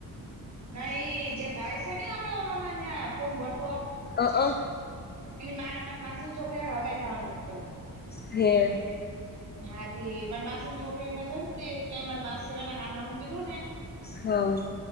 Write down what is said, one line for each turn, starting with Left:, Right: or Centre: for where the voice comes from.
Right: હા એ જે ભાઈ છે ને આપડે ઓલામાં ન્યાં ફોર્મ ભરતો
Left: અ અ
Right: એની મારા મારી માસીની છોકરી હગાઈ થવાની હતી પેલા
Left: હે
Right: હા તી મારી માસી ની છોકરીને છે કે અમારી માસી સે ને હામ હામે કીધું ને
Left: હ